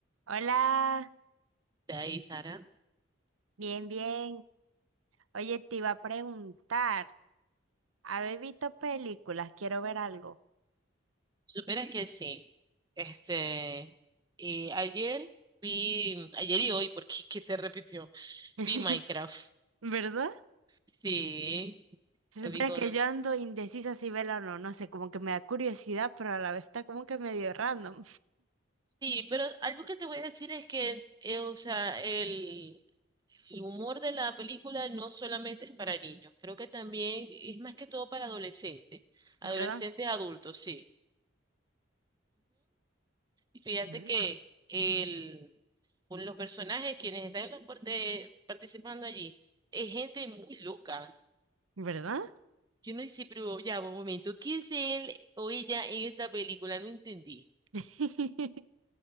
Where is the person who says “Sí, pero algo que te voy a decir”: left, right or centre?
Right